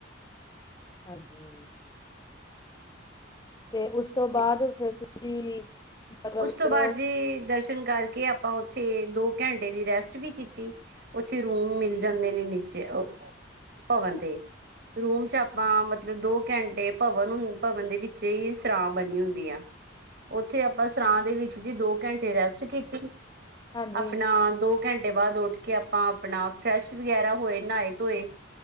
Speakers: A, on the left; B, on the right.
A: ਹਾਂਜੀ। ਤੇ ਉਸ ਤੋਂ
B: ਤੇ
A: ਬਾਦ ਫੇਰ ਤੁਸੀਂ ਮਤਲਬ
B: ਉਸ ਤੋਂ
A: ਜਦੋਂ
B: ਬਾਦ ਜੀ ਦਰਸ਼ ਨ ਕਰਕੇ ਆਪਾਂ ਓਥੇ ਦੋ ਘੈਂਟੇ ਦੀ ਰੈਸਟ ਵੀ ਕੀਤੀ ਓਥੇ ਰੂਮ ਮਿਲ ਜਾਂਦੇ ਨੇ। 'ਚ ਓ ਭਵਨ ਤੇ ਰੂਮ 'ਚ ਆਪਾਂ ਮਤਲਬ ਦੋ ਘੈਂਟੇ ਭਵਨ ਉਨ ਭਵਨ ਦੇ ਵਿੱਚੇ ਈ ਸਰਾਂ ਬਣੀ ਹੁੰਦੀ ਆ ਓਥੇ ਬਸ ਸਰਾਂ ਦੇ ਵਿੱਚ ਜੀ ਦੋ ਘੈਂਟੇ ਰੈਸਟ ਕੀਤੀ
A: ਹਾਂਜੀ
B: ਆਪਣਾ ਦੋ ਘੰਟੇ ਬਾਦ ਉੱਠ ਕੇ ਆਪਾਂ ਆਪਣਾ ਫਰੈਸ਼ ਵਗੈਰਾ ਹੋਏ ਨਹਾਏ ਧੋਏ।